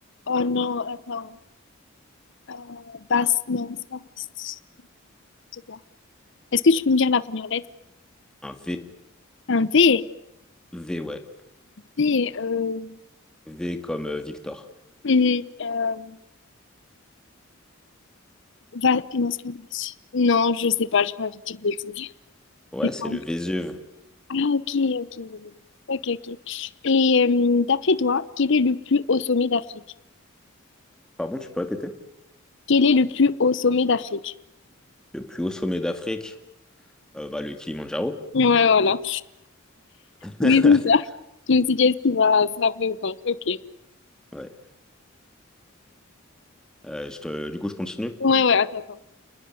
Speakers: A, on the left; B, in the centre.
A: Oh non, attends. Euh, Bast, non, c'est pas Bast. C'est quoi? Est-ce que tu peux me dire la première lettre?
B: Un V.
A: Un V.
B: V, ouais.
A: V, euh,
B: V comme euh, Victor.
A: hum, euh, Va... Non, c'est pas Varsovie. Non, je sais pas, j'ai pas envie de dire de bêtises.
B: Ouais,
A: C'est
B: c'est
A: quoi?
B: le Vésuve.
A: Ah, ok, ok, ok, ok. Et euh, d'après toi, quel est le plus haut sommet d'Afrique?
B: Pardon, tu peux répéter?
A: Quel est le plus haut sommet d'Afrique?
B: Le plus haut sommet d'Afrique, euh, bah, le Kilimandjaro.
A: Ouais, voilà.
B: <laughs>
A: Oui, c'est ça. Je me suis dit, est-ce qu'il va se rappeler ou pas? Ok.
B: Ouais. Euh, je te- Du coup, je continue.
A: Ouais, ouais, attends, attends.